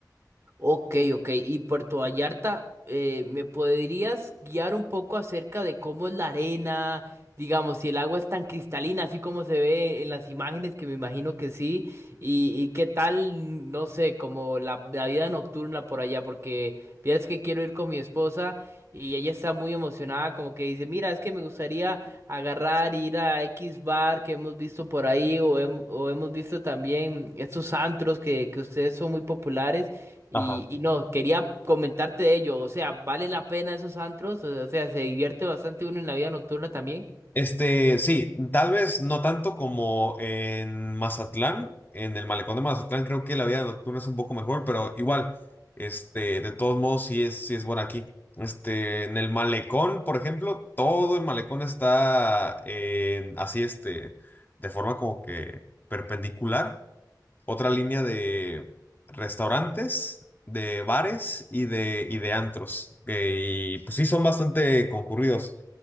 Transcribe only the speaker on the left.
Ajá.
Este, sí, tal vez no tanto como en Mazatlán, en el malecón de Mazatlán creo que la vida nocturna es un poco mejor, pero igual, este, de todos modos sí es, sí es buena aquí. Este, en el malecón, por ejemplo, todo el malecón está en- así, este, de forma como que perpendicular. otra línea de restaurantes, de bares y de, y de antros. que- y pues sí, son bastante concurridos.